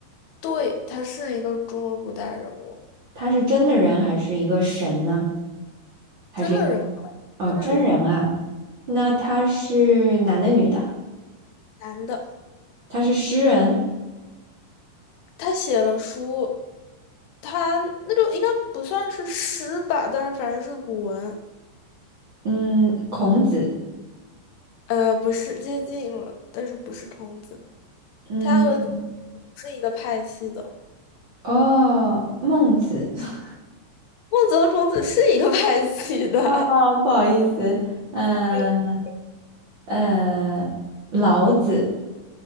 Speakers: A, on the left; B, on the right.
A: 对，他是一个中国古代人物，
B: 他是真的人还是一个神呢？还是一个
A: 真的人吗？
B: 哦，
A: 真的人，
B: 真人啊？那他是男的女的？
A: 男的，
B: 他是诗人，
A: 他写了书，他那就应该不算是诗吧，但是反正是古文，
B: 嗯，孔子，
A: 呃，不是接近了，但是不是孔子，
B: 嗯，
A: 他和不是一个派系的，
B: 哦，孟子，<laughs>
A: 孟子和孔子是一个派系的，
B: 哦，不好意思，嗯
A: <laughs>
B: 呃，老子、